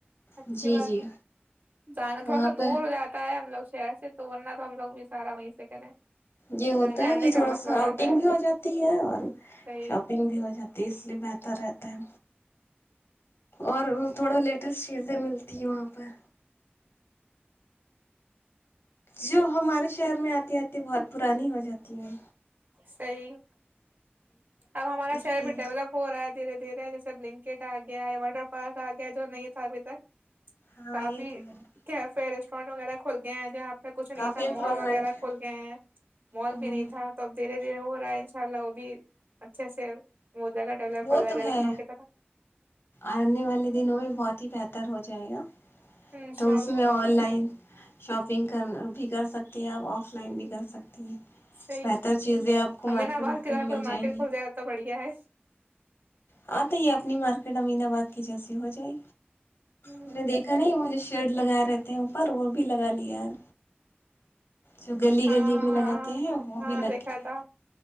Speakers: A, on the right; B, on the left.
A: اچھی
B: جی
A: بات
B: جی
A: ہے جانا
B: وہاں
A: تھوڑا سا
B: پہ
A: دور ہو جاتا ہے ہم لوگ شہر سے تو ورنہ تو ہم لگ بھی سارا وہیں سے کریں
B: یہ ہوتا
A: جانے
B: ہے
A: آنے
B: کہ تھوڑا
A: کا مسئلہ
B: سا
A: ہو جاتا
B: آؤٹنگ
A: ہے
B: بھی ہو جاتی ہے اور
A: صحیح
B: شاپنگ بھی ہو جاتی ہے اس لیے بت رہتا ہے اور تھوڑا لیٹسٹ چیزیں ملتی ہے وہاں پر جو ہمارے شہر میں آتے آتے بہت پرانی ہو جاتی ہے
A: صی اب ہمارا
B: اس
A: شہر
B: لیے
A: بھی ڈیولپ ہو رہا ہے تھا دھیرے دھیرے جیسے بلنکٹ آ گیایا واٹر پارک آ گیا جو نہیں تھا ابھی تک
B: ہاں
A: کافی
B: یہ تو ہے
A: کیفے ریسٹورینٹ وغیرہ کھول کہ ج آپ کچھ نہیں
B: کافی
A: تھا
B: امپرومنٹ
A: مال وغیرہ
B: ہے
A: کھول گئے ہیں مال
B: ہوں
A: بھی نہیں تھا تو اب دھیرے دھیرے ہو رہا ہے ان شاء اللہ وہ بھی اچھا سے وہ جائے گا ڈیولپ
B: وہ
A: ہو جائے
B: تو
A: گا
B: ہے
A: لکھنؤ کی طرف
B: آنے والے دنوں میں بہت ہی بہتر ہو جائے گا
A: انشاء
B: تو اس
A: اللہ
B: میں آن لائن شاپنگ کر بھی کر سکتے ہیں اپ آف لائن بھی کر سکتے ہیں
A: صحیح
B: بہتر چیزیں آپ کو مارکیٹ
A: امینا باہر کی
B: میں
A: طرح
B: مل
A: کوئی
B: جائیں
A: مارکیٹ
B: گی
A: کھول جائے تو بڑھیا ہے <unintelligible>
B: ہاں تو یہ اپنی مارکیٹ امین آباد کی جیسی ہو جائے
A: ہوں،
B: میں نے دیکھا نہیں مجھے شیڑ لگائے رہتے ہیں اوپر وہ بھی لگا لیا ہے جو گلی
A: ہاں
B: گلی میں
A: ہاں
B: لگاتے ہیں وہ
A: ہاں
B: بھی لگ
A: دیکھا
B: گیا
A: تھا